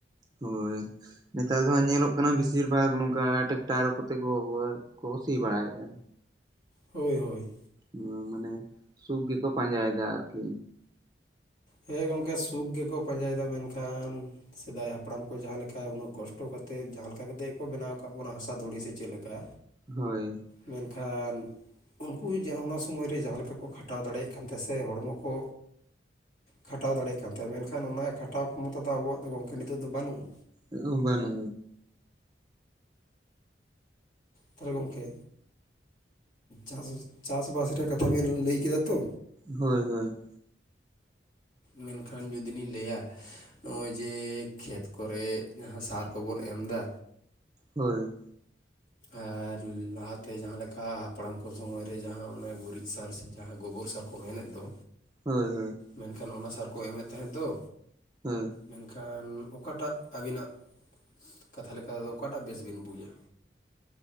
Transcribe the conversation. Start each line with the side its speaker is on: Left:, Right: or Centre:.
Right: ᱦᱳᱭ ᱱᱮᱛᱟᱨ ᱫᱚ ᱦᱟᱸᱜ ᱧᱮᱞᱚᱜ ᱠᱟᱱᱟ ᱵᱤᱥᱤᱨ ᱵᱷᱟᱜᱽ ᱱᱚᱝᱠᱟ ᱴᱮᱠᱴᱟᱨ ᱠᱚᱛᱮ ᱠᱚ ᱠᱚ ᱠᱚ ᱥᱤ ᱵᱟᱲᱟᱭᱼᱟ᱾
Left: ᱦᱳᱭ ᱦᱳᱭ
Right: ᱩᱸᱢ ᱢᱟᱱᱮ ᱥᱩᱠ ᱜᱤᱠᱚ ᱯᱟᱸᱡᱟᱭᱮᱫᱟ ᱟᱨᱠᱤ
Left: ᱦᱮᱸ ᱜᱚᱝᱠᱮ ᱥᱩᱠ ᱜᱮᱠᱚ ᱯᱟᱸᱡᱟᱭᱮᱫᱟ ᱢᱮᱱᱠᱷᱟᱱ ᱥᱮᱫᱟᱭ ᱦᱟᱯᱲᱟᱢ ᱠᱚ ᱡᱟᱦᱟᱸ ᱞᱮᱠᱟ ᱩᱱᱟᱹᱜ ᱠᱚᱥᱴᱚ ᱠᱟᱛᱮᱫ ᱡᱟᱦᱟᱸ ᱞᱮᱠᱟ ᱠᱟᱛᱮᱜ ᱜᱮ ᱠᱚ ᱵᱮᱱᱟᱣ ᱠᱟᱜ ᱵᱚᱱᱟ ᱦᱟᱥᱟ ᱫᱷᱩᱲᱤ ᱥᱮ ᱪᱮᱜ ᱞᱮᱠᱟ
Right: ᱦᱳᱭ
Left: ᱢᱮᱱᱠᱷᱟᱱ ᱩᱱᱠᱩᱭ ᱡᱟᱦᱟᱸ ᱚᱱᱟ ᱥᱚᱢᱚᱭ ᱨᱮ ᱡᱟᱦᱟᱸ ᱞᱮᱠᱟ ᱠᱚ ᱠᱷᱟᱴᱟᱣ ᱫᱟᱲᱮᱭᱟᱜ ᱠᱟᱱᱛᱟᱦᱮᱱ ᱥᱮ ᱦᱚᱲᱢᱚ ᱠᱚ ᱠᱷᱟᱴᱟᱣ ᱫᱟᱲᱮᱭᱟᱜ ᱠᱟᱱ ᱛᱟᱦᱮᱸᱫᱼᱟ ᱢᱮᱱᱠᱷᱟᱱ ᱚᱱᱟ ᱠᱷᱟᱴᱟᱣ ᱠᱷᱚᱢᱚᱛᱟ ᱫᱚ ᱟᱵᱚᱣᱟᱜ ᱫᱚ ᱜᱚᱝᱠᱮ ᱱᱤᱛᱚᱜ ᱫᱚ ᱵᱟᱹᱱᱩᱜᱼᱟ᱾
Right: <unintelligible> ᱵᱟᱱᱩ
Left: ᱛᱟᱦᱚᱞᱮ ᱜᱚᱝᱠᱮ ᱪᱟᱥ ᱪᱟᱥᱵᱟᱥ ᱨᱮᱭᱟᱜ ᱠᱟᱛᱷᱟ ᱵᱮᱱ ᱞᱟᱹᱭ ᱠᱮᱫᱟ ᱛᱚ᱾
Right: ᱦᱳᱭ ᱦᱳᱭ᱾
Left: ᱢᱮᱱᱠᱷᱟᱱ ᱡᱩᱫᱤ ᱞᱤᱧ ᱞᱟᱹᱭᱼᱟ ᱱᱚᱜᱼᱚᱭ ᱡᱮ ᱠᱷᱮᱛ ᱠᱚᱨᱮ ᱡᱟᱦᱟᱸ ᱥᱟᱨ ᱠᱚᱵᱚᱱ ᱮᱢᱫᱟ᱾
Right: ᱦᱳᱭ᱾
Left: ᱟᱨ ᱞᱟᱦᱟᱛᱮ ᱡᱟᱦᱟᱸ ᱞᱮᱠᱟ ᱦᱟᱯᱲᱟᱢ ᱠᱚ ᱥᱚᱢᱚᱭ ᱨᱮ ᱡᱟᱦᱟᱸ ᱚᱱᱟ ᱜᱩᱨᱤᱡᱽ ᱥᱟᱨ ᱥᱮ ᱡᱟᱦᱟᱸ ᱜᱳᱵᱚᱨ ᱥᱟᱨ ᱠᱚ ᱢᱮᱱᱮᱜ ᱫᱚ
Right: ᱦᱳᱭ ᱦᱳᱭ᱾
Left: ᱢᱮᱱᱠᱷᱟᱱ ᱚᱱᱟ ᱥᱟᱨ ᱠᱚ ᱮᱢᱮᱫ ᱛᱟᱦᱮᱸᱫ ᱫᱚ
Right: ᱦᱮᱸ᱾
Left: ᱢᱮᱱᱠᱷᱟᱱ ᱚᱠᱟᱴᱟᱜ ᱟᱹᱵᱤᱱᱟᱜ ᱠᱟᱛᱷᱟ ᱞᱮᱠᱟ ᱫᱚ ᱚᱠᱟᱴᱟᱜ ᱵᱮᱥ ᱵᱤᱱ ᱵᱩᱡᱟ?